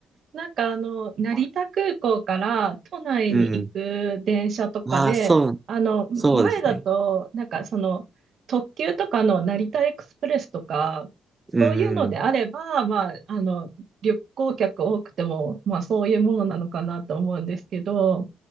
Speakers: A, on the right; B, on the right.
A: なんかあの、成田空港から都内に行く電車とかで、
B: <laughs> うん。まあそう、
A: あの、
B: そうですね。
A: 前だと、なんかその、特急とかの成田エクスプレスとか、
B: うん、
A: そういうのであれば、まあ、あの、旅行客多くても、まあそういうものなのかなと思うんですけど、